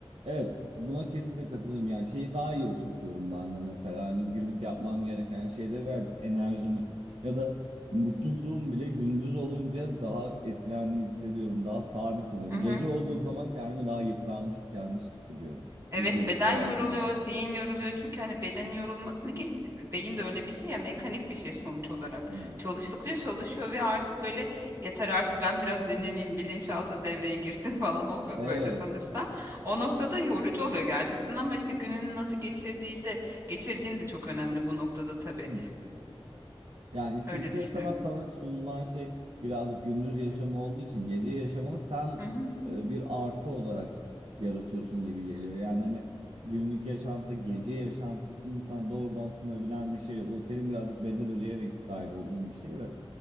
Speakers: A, on the right; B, on the right.
A: Evet, buna kesinlikle katılıyorum. Yani şeyi daha iyi oturtuyorum ben de mesela hani günlük yapmam gereken şeyleri veya enerjimi ya da mutluluğum bile gündüz olunca daha etkilendiğini hissediyorum. Daha sabit oluyorum.
B: Hı hı.
A: Gece olduğu zaman kendimi daha yıpranmış, tükenmiş hissediyorum.
B: Evet
A: Gece ilişki
B: beden
A: hayatı
B: yoruluyor,
A: yaşadığım. zaman.
B: zihin yoruluyor. Çünkü hani bedenin yorulmasını geç, beyin de öyle bir şey ya mekanik bir şey sonuç olarak.
A: Evet.
B: Çalıştıkça çalışıyor ve artık böyle yeter artık ben biraz dinleneyim, bilinçaltı devreye girsin <laughs> falan oluyor
A: Evet.
B: böyle sanırsam. O noktada yorucu oluyor gerçekten ama işte gününü nasıl geçirdiği de geçirdiğin de çok önemli bu noktada tabii.
A: <laughs> Yani iste
B: Öyle
A: ister
B: düşünüyorum.
A: istemez sana sunulan şey birazcık gündüz yaşamı olduğu için gece yaşamını sen
B: Hı hı.
A: e, bir artı olarak yaratıyorsun gibi geliyor. Yani hani günlük yaşantıda gece yaşantısını sana doğrudan sunabilen bir şey yok. O senin birazcık bedel ödeyerek dahil olduğun bir şey ve